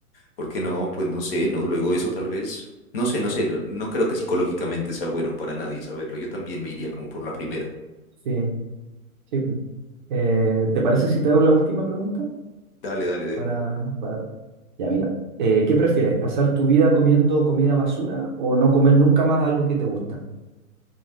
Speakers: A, on the left (about 40°); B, on the right (about 35°).
A: porque no, pues no sé, ¿no? Luego eso tal vez, no sé, no sé, no, no creo que psicológicamente sea bueno para nadie saberlo. Yo también me iría como por la primera.
B: Sí, sí. pues. Eh, ¿te parece si te hago la última pregunta?
A: Dale, dale de
B: Para,
A: una.
B: para... Ya, mira. Eh, ¿qué prefieres? ¿Pasar tu vida comiendo comida basura o no comer nunca más algo que te gusta?